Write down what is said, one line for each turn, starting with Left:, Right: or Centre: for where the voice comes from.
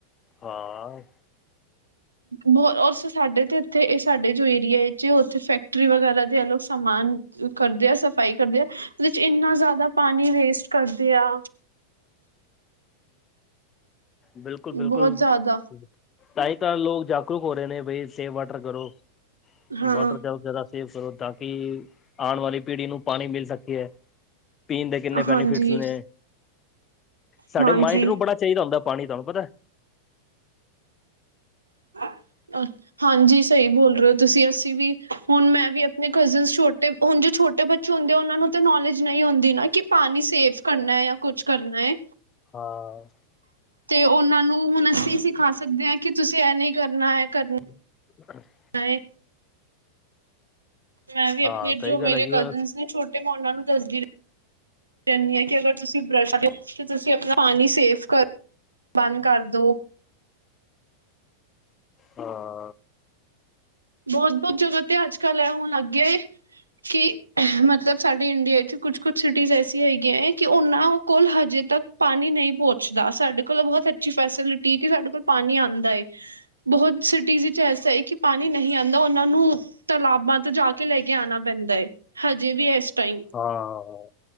Left: ਹਾਂ
Right: ਬੋ ਔ ਔਰ ਸਾਡੇ ਤੇ ਇੱਥੇ ਇਹ ਸਾਡੇ ਜੋ ਏਰੀਆ ਜੇ ਉੱਥੇ ਫੈਕਟਰੀ ਵਗੈਰਾ ਦੇ ਸਮਾਨ ਕਰਦੇ ਆ, ਸਫ਼ਾਈ ਕਰਦੇ ਆ, ਉਹਦੇ ਚ ਇੰਨਾ ਜ਼ਿਆਦਾ ਪਾਣੀ ਵੇਸਟ ਕਰਦੇ ਆ।
Left: ਬਿਲਕੁਲ ਬਿਲਕੁਲ
Right: ਬਹੁਤ ਜ਼ਿਆਦਾ
Left: ਤਾਂ ਹੀ ਤਾਂ ਲੋਕ ਜਾਗਰੂਕ ਹੋ ਰਹੇ ਨੇਂ, ਬਈ ਸੇਵ ਵਾਟਰ ਕਰੋ।
Right: ਹਾਂ
Left: ਵਾਟਰ ਜਾਓ ਜ਼ਿਆਦਾ ਸੇਵ ਕਰੋ ਤਾਂ ਕਿ ਆਉਣ ਵਾਲੀ ਪੀੜ੍ਹੀ ਨੂੰ ਪਾਣੀ ਮਿਲ ਸਕੀ ਐ। ਪੀਣ ਦੇ ਕਿੰਨੇ ਬੈਨੀਫਿਟਸ
Right: ਹਾਂਜੀ
Left: ਨੇਂ, ਸਾਡੇ
Right: ਹਾਂਜੀ
Left: ਮਾਇੰਡ ਨੂੰ ਬੜਾ ਚਾਈਦਾ ਹੁੰਦਾ ਪਾਣੀ ਤੁਹਾਨੂੰ ਪਤਾ
Right: <unintelligible> ਅੱ ਹਾਂਜੀ ਸਹੀ ਬੋਲ ਰਹੇ ਹੋ ਤੁਸੀਂ, ਅਸੀਂ ਵੀ, ਹੁਣ ਮੈਂ ਵੀ ਆਪਣੇ ਕਜ਼ਨ ਛੋਟੇ ਹੁਣ ਜੋ ਛੋਟੇ ਬੱਚੇ ਹੁੰਦੇ ਆ ਉਹਨਾਂ ਨੂੰ ਤਾਂ ਨੌਲੇਜ ਨਈਂ ਹੁੰਦੀ ਨਾਂ ਕਿ ਪਾਣੀ ਸੇਫ ਕਰਨਾ ਜਾਂ ਕੁਛ ਕਰਨਾ ਐ।
Left: ਹਾਂ
Right: ਤੇ ਉਹਨਾਂ ਨੂੰ ਹਨ ਅਸੀਂ ਸਿਖਾ ਸਕਦੇ ਆਂ ਕਿ ਤੁਸੀਂ ਇਹ ਨਈਂ ਕਰਨਾ, ਇਹ ਕਰਨਾ।
Left: <unintelligible>
Right: ਹਾਏ ਮੈਂ ਵੀ ਆਪਣੇ
Left: ਹਾਂ
Right: ਜੋ
Left: ਸਹੀ
Right: ਮੇਰੇ
Left: ਗੱਲ ਹੈਗੀ
Right: ਕਜ਼ਨਸ
Left: ਆ।
Right: ਨੇਂ ਛੋਟੇ ਮੈਂ ਉਹਨਾਂ ਨੂੰ ਦੱਸਦੀ ਰਹਿੰਣੀ ਆਂ ਕਿ ਅਗਰ ਤੁਸੀਂ ਬਰਸ਼ <unintelligible> ਤੁਸੀਂ ਆਪਣਾ ਪਾਣੀ ਸੇਫ ਕਰੋ, ਬੰਦ ਕਰਦੋ।
Left: ਹਾਂ।
Right: ਬਹੁਤ-ਬਹੁਤ ਜਗ੍ਹਾ ਤੇ ਅੱਜ-ਕੱਲ੍ਹ ਐ ਹੁਣ ਲੱਗ ਗਿਆ ਏ ਕਿ <unintelligible> ਮਤਲਬ ਸਾਡੇ ਇੰਡੀਆ ਚ ਕੁਛ-ਕੁਛ ਸਿਟੀਜ਼ ਐਸੀਆਂ ਹੈਗੀਆਂ ਐਂ ਕਿ ਉਹਨਾਂ ਕੋਲ ਹਜੇ ਤੱਕ ਪਾਣੀ ਨਈਂ ਪਹੁੰਚਦਾ, ਸਾਡੇ ਕੋਲ ਬਹੁਤ ਅੱਛੀ ਫੈਸਿਲਿਟੀ ਕਿ ਸਾਡੇ ਕੋਲ ਪਾਣੀ ਆਂਦਾ ਏ। ਬਹੁਤ ਸਿਟੀਜ਼ ਇੱਚ ਐਸਾ ਹੈ ਕਿ ਪਾਣੀ ਨਹੀਂ ਆਂਦਾ ਉਹਨਾਂ ਨੂੰ ਤਲਾਬਾਂ ਤੋਂ ਜਾ ਕੇ ਲੈ ਕੇ ਆਣਾ ਪੈਂਦਾ ਐ, ਹਜੇ ਵੀ ਇਸ ਟਾਈਮ।
Left: ਹਾਂ,